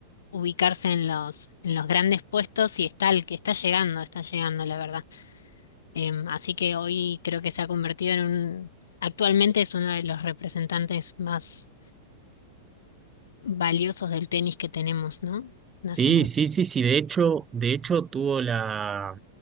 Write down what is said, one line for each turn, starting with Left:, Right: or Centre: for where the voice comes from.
Left: ubicarse en los, en los grandes puestos y está el que está llegando, está llegando, la verdad. Em, así que hoy creo que se ha convertido en un, actualmente es uno de los representantes más valiosos del tenis que tenemos, ¿no? Nacional,
Right: Sí, sí, sí, sí. De hecho, de hecho tuvo la,